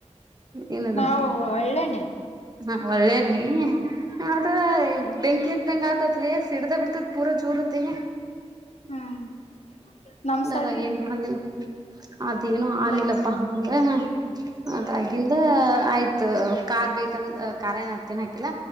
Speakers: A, on the right; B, on the left.
A: ಏನದ್
B: ನಾವು ಒಳ್ಳೇನೆ
A: ಹ್ ಒಳ್ಳೇಣ್ಣಿ ಆದ್ರ ಬೆಂಕಿ ಹತ್ತಿದಂಗ ಆತದಲೇ ಸಿಡ್ದ ಬಿಡ್ತೈತ್ ಪೂರ ಜೋರತ್ತಿ
B: ಹ್ಮ್ ನಮ್
A: ದಾದ
B: ಸೈಡಿಲ್ಲ
A: ಏನು
B: ಇಲ್ಲ
A: ಹಾಲಿಲ್ಲ
B: ಆಯ್ತಾ
A: ಅದೇನು ಹಾಲಿಲ್ಲಪ್ಪಾ
B: ಲೈಟ್
A: ಹ ಅದಾಗಿಂದ ಆಯ್ತ್ ಕಾರ್ ಬೇಕಂದ ಕಾರ್ ಏನ ಹದಕೇನ್ ಹಾಕಿಲ್ಲ